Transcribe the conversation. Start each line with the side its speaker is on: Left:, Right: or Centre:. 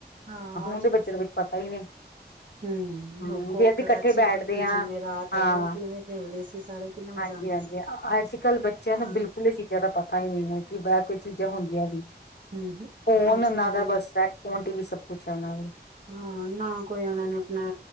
Right: ਹਾਂ
Left: ਹੁਣ ਵੀ ਬੱਚੇ ਨੂੰ ਕੁਛ ਪਤਾ ਹੀ ਨਹੀਂ।
Right: ਹੂੰ
Left: ਹਮ
Right: ਉਹ ਕੋ
Left: ਜੇ ਅਸੀਂ
Right: ਕਲਾਚੀ
Left: ਇਕੱਠੇ ਬੈਠਦੇ
Right: ਪੱਕੀ
Left: ਹਾਂ
Right: ਜਿਵੇਂ ਰਾਤ
Left: ਹਾਂ
Right: ਆਈ ਉਹ ਕਿਵੇਂ ਖੇਲਦੇ ਸੀ ਸਾਰੇ ਕਿੰਨਾ ਮਜ਼ਾ
Left: ਹਾਂਜੀ
Right: ਆਉਂਦਾ
Left: ਹਾਂਜੀ
Right: ਸੀਗਾ।
Left: ਅੱਜ ਕੱਲ੍ਹ ਬੱਚਿਆਂ
Right: ਹਾਂ
Left: ਨੂੰ ਬਿਲਕੁਲ ਇਹ ਚੀਜ਼ਾਂ ਦਾ ਪਤਾ ਹੀ ਨਹੀਂ ਹੈ। ਕਿ ਬਾਹਰ ਕੋਈ ਚੀਜ਼ਾਂ ਹੁੰਦੀਆਂ ਵੀ।
Right: ਹਮ
Left: ਫੋਨ
Right: ਅੱਜ
Left: ਉਹਨਾਂ
Right: ਕੱਲ
Left: ਦਾ ਬਸ ਹੈ ਫੋਨ ਟੀ ਵੀ ਸਭ ਕੁਛ ਹੈ ਉਹਨਾਂ ਦੇ
Right: ਹਾਂ ਨਾ ਕੋਈ ਉਹਨਾਂ ਨੇ ਆਪਣਾ